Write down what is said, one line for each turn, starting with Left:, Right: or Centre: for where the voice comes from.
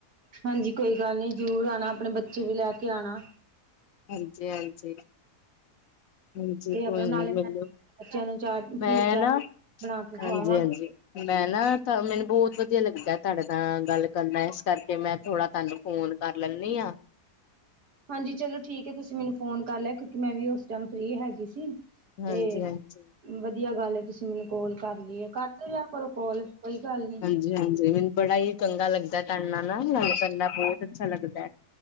Right: ਹਾਂਜੀ ਕੋਈ ਗੱਲ ਨੀ ਜ਼ਰੂਰ ਆਣਾ ਆਪਣੇ ਬੱਚੇ ਵੀ ਲੈ ਕੇ ਆਣਾ
Left: ਹਾਂਜੀ, ਹਾਂਜੀ ਹਾਂਜੀ
Right: ਤੇ ਆਪਣਾ
Left: ਕੋਈ
Right: ਨਾਲੇ
Left: ਨੀ
Right: ਮੈਂ
Left: ਮੈਨੂੰ
Right: ਬੱਚਿਆਂ ਨੂੰ ਚਾਟ
Left: ਮੈਂ
Right: ਫਰੂਟ ਚਾਟ
Left: ਨਾ
Right: ਬਣਾ ਕੇ
Left: ਹਾਂਜੀ,
Right: ਖਵਾਵਾਂ
Left: ਹਾਂਜੀ ਮੈਂ ਨਾ ਤਾਂ ਮੈਨੂੰ ਬੋਹਤ ਵਧੀਆ ਲੱਗਦਾ ਤਾਡੇ ਤਾਂ ਗੱਲ ਕਰਨਾ ਇਸ ਕਰਕੇ ਮੈਂ ਥੋੜ੍ਹਾ ਤਾਨੂੰ ਫੋਨ ਕਰ ਲੈਨੀ ਆ
Right: ਹਾਂਜੀ ਚਲੋ ਠੀਕ ਏ ਤੁਸੀਂ ਮੈਨੂੰ ਫੋਨ ਕਰ ਲਿਆ ਕਿਉਂਕਿ ਮੈਂ ਵੀ ਉਸ ਟਾਈਮ ਫਰੀ ਹੈਗੀ ਸੀ
Left: ਹਾਂਜੀ-ਹਾਂਜੀ,
Right: ਤੇ ਵਧੀਆ ਗੱਲ ਏ ਤੁਸੀਂ ਮੈਨੂੰ ਕੋਲ ਕਰ ਲਈ ਏ ਕਰਦੇ ਰਿਆ ਕਰੋਂ ਕੋਲ ਕੋਈ ਗੱਲ ਨੀ
Left: ਜੀ ਹਾਂਜੀ ਮੈਨੂੰ ਬੜਾ ਹੀ ਚੰਗਾ ਲੱਗਦਾ ਤਾਡੇ ਨਾਲ ਨਾ ਗੱਲ ਕਰਨਾ ਬਹੁਤ ਅੱਛਾ ਲੱਗਦਾ।